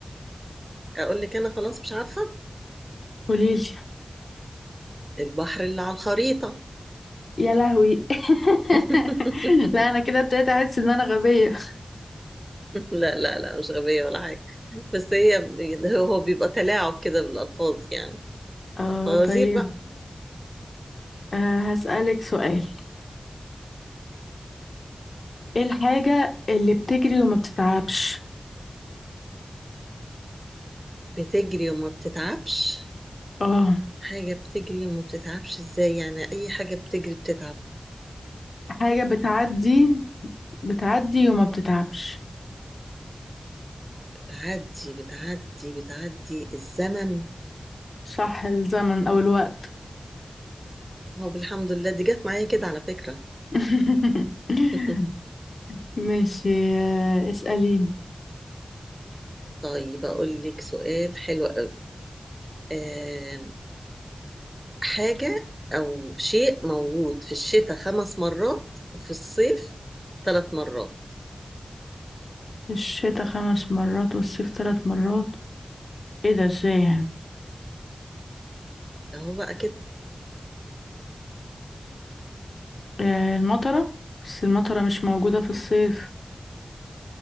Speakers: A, on the right (about 20°); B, on the left (about 75°).
A: اقول لك انا خلاص مش عارفه
B: قوليلي
A: البحر اللي على الخريطه
B: يا لهوي
A: <laughs>
B: <laughs> لا انا كده ابتديت احس ان انا غبية
A: لا لا لا مش غبيه ولا حاجه بس هي هو هو بيبقى تلاعب كده بالالفاظ يعني
B: اه
A: فوازير
B: طيب
A: بقى
B: آه هسألك سؤال ايه الحاجة اللي بتجري وما بتتعبش
A: بتجري وما بتتعبش
B: اه
A: حاجه بتجري وما بتتعبش ازاي يعني اي حاجه بتجري بتتعب
B: حاجة بتعدي بتعدي وما بتتعبش
A: بتعدي بتعدي بتعدي الزمن
B: صح الزمن او الوقت
A: هو الحمد لله دي جت معايا كده على فكرة
B: <laughs>
A: <laughs>
B: ماشي آه، اسأليني
A: طيب أقول لك سؤال حلو قوي آم، حاجة أو شيء موجود في الشتاء خمس مرات وفي الصيف ثلاث مرات
B: الشتاء خمس مرات والصيف ثلاث مرات ايه ده ازاي يعني
A: أهو بقى كده
B: آه، المطرة بس المطرة مش موجودة في الصيف